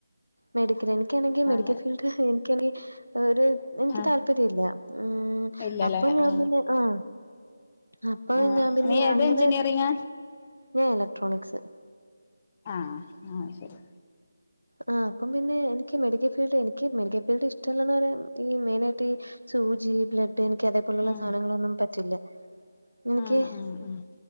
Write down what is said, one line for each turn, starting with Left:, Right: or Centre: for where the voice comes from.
Right: മെഡിക്കല് എനിക്കാണെങ്കി മെഡിക്കൽ
Left: അങ്ങനെ
Right: ഫീൽഡ് എനിക്കാണെങ്കി ഒരു എനിക്ക്
Left: ആ
Right: താല്പര്യാല്ല ഉം
Left: ഇല്ലല്ലേ
Right: അപ്പം ഞാൻ
Left: ആ
Right: പിന്നെ ആഹ് അപ്പൊ
Left: ആ
Right: ഞാൻ പിന്നെ
Left: നീ ഏത്
Right: അങ്ങനെ
Left: എഞ്ചിനീയറിങ്ങാ
Right: ഞാൻ ഇലക്ട്രോണിക്സ്
Left: ആഹ് ആഹ് ശരി
Right: ആ അപ്പം പിന്നെ എനിക്ക് മെഡിക്കൽ ഫീൽഡ് എനിക്ക് മെഡിക്കൽ ഫീൽഡ് ഇഷ്ടല്ലാന്ന് ഈ മെയ്നായിട്ട് ഈ സൂചി ബ്ലഡ്ഡ് എനിക്ക് അതേപോലുള്ള
Left: ഉം
Right: സാധനങ്ങളൊന്നും പറ്റില്ല എനിയ്ക്കെ
Left: ഉം ഉം ഉം